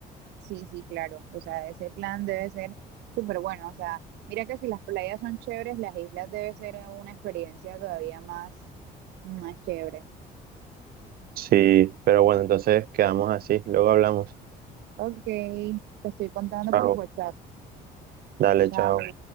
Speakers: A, on the right; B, on the right.
A: Sí, sí, claro. O sea, ese plan debe ser súper bueno. O sea, mira que si las playas son chéveres, las islas debe ser una experiencia todavía más, más chévere.
B: Sí, pero bueno, entonces quedamos así. Luego hablamos.
A: Ok, te estoy contando
B: Chao.
A: por WhatsApp.
B: Dale,
A: Chao.
B: chao.